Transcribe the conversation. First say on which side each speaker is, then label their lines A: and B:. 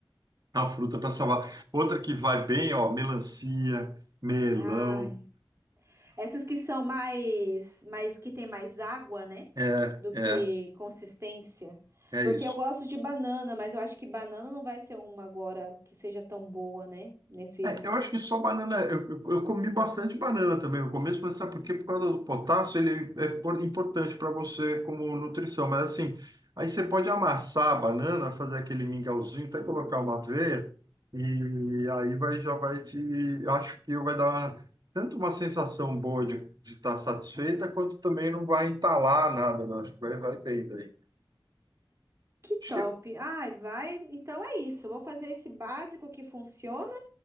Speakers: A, on the right; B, on the right.
A: a fruta para salvar. Outra que vai bem, ó, melancia, melão.
B: Ah, Essas que são mais, mais que tem mais água, né?
A: É,
B: Do
A: é,
B: que consistência.
A: é
B: Porque
A: isso.
B: eu gosto de banana, mas eu acho que banana não vai ser uma agora que seja tão boa, né? Nesse.
A: É, eu acho que só banana. Eu, eu- eu comi bastante banana também no começo, mas sabe por quê? Por causa do potássio, ele é por- importante para você como nutrição. Mas assim, aí você pode amassar a banana, fazer aquele mingauzinho, até colocar uma aveia, e aí vai, já vai te. Acho que vai dar tanto uma sensação boa de estar satisfeita, quanto também não vai entalar nada, não. Acho que vai, vai bem daí.
B: Que
A: Acho
B: top.
A: que é
B: Ai, vai. Então é isso. Eu vou fazer esse básico que funciona.